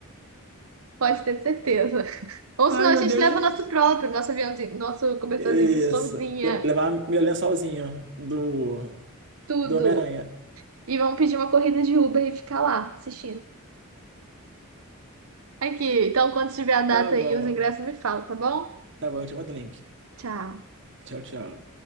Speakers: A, on the right; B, on the right.
A: Pode ter certeza. <laughs> Ou
B: Ai,
A: senão a
B: meu
A: gente
B: Deus.
A: leva o nosso próprio, nosso aviãozinho, nosso cobertorzinho,
B: Isso.
A: florzinha,
B: Le- Levar meu lençolzinho do,
A: tudo.
B: do Homem-Aranha.
A: E vamos pedir uma corrida de Uber e ficar lá assistindo. Aqui, então quando tiver a data
B: Tá bom.
A: aí, os ingressos me falam, tá bom?
B: Tá bom, eu te mando o link.
A: Tchau.
B: Tchau, tchau.